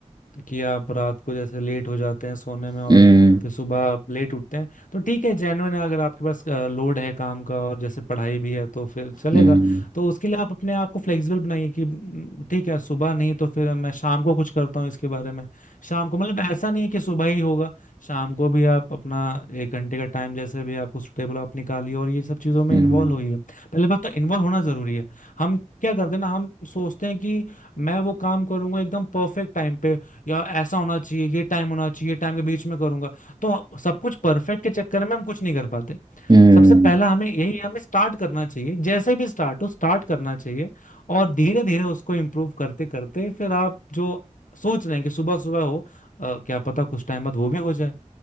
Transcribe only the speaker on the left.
कि आप रात को जैसे लेट हो जाते हैं सोने में और
फिर सुबह आप लेट उठते हैं तो ठीक है जेन्युइन है अगर आपके पास लोड है काम का और जैसे पढ़ाई भी है तो फिर चलेगा
तो उसके लिए आप अपने आप को फ्लेक्सिबल बनाइए कि "म, ठीक है सुबह नहीं तो फिर मैं शाम को कुछ करता हूँ इसके बारे में शाम को मतलब ऐसा नहीं है कि सुबह ही होगा शाम को भी आप अपना एक घंटे का टाइम जैसे भी आपको सुटेबल आप निकालिए और ये सब चीजों में
इन्वॉल्व होइए पहले बात तो इन्वॉल्व होना जरूरी है हम क्या करते हैं ना हम सोचते हैं कि मैं वो काम करूंगा एकदम परफेक्ट टाइम पे या ऐसा होना चाहिए ये टाइम होना चाहिए टाइम के बीच में करूंगा तो सब कुछ परफेक्ट के चक्कर में हम कुछ नहीं कर पाते
सबसे पहला हमें यही हमें स्टार्ट करना चाहिए जैसे भी स्टार्ट हो स्टार्ट करना चाहिए और धीरे धीरे उसको इम्प्रूव करते करते फिर आप जो सोच रहे हैं कि सुबह सुबह हो अ, क्या पता कुछ टाइम बाद वो भी हो जाए